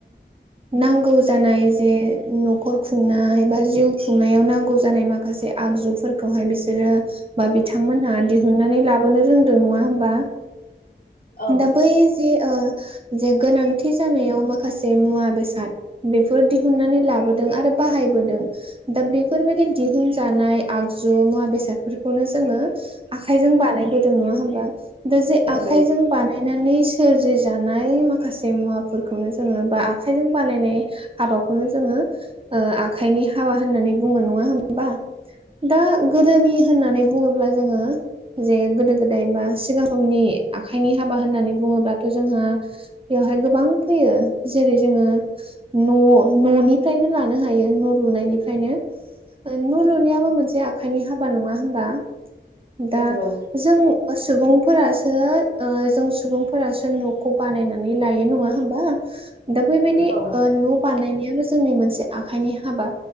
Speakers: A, on the right (about 30°); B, on the left (about 50°).
A: नांगौ जानाय जे न'खर खुंनाय बा जिउ खुंनायाव नांगौ जानाय माखासे आगजुफोरखौहाय बिसोरो बा बिथांमोनहा दिहुननानै लाबोनो रों नंडा होनबा
B: औ
A: दा बै ओ बे गोनांथि जानायाव माखासे मुवा बेसाद बेफोर दिहुननानै लाबोदों आरो बाहायबोदों दा बेफोरबायदि दिहुनजानाय आगजु मुवा बेसाद नो जोंङो आखायजों बानायबोदों नंङा होमबा दा जे
B: नंगौ
A: आखायजों बानाय गायनानै सोरजि जानाय माखा माखासे मुवाफोरखौनो जोंङो बा आखाइजों बानायनाय हाबाखौनो जोंङो ओ आखाइनि हाबा होननानै बुंङो नंङा होनबा। दा गोदोनि होननानै बुंङोब्ला जोङो जे गोदो गोदाय बा सिगां समनि आखाइनि हाबा होननानै बुंङोबाथ' जोंहा बेवहाय गोबां फैयो जेरै जोंङो न' न'निफ्रायनो लानो हायो न' लुनायनिफ्रायनो। ओ न' लुनायाबो मोनसे आखाइनि हाबा नङा होनबा
B: नंगौ
A: दा जों सुबुंफोरासो ओ जों सुबुंफोरासो न'खौ बानायना नै लायो नङा होनबा दा बै बायदि
B: औ
A: ओ न' बानायनायाबो जोंनि मोनसे आखाइनि हाबा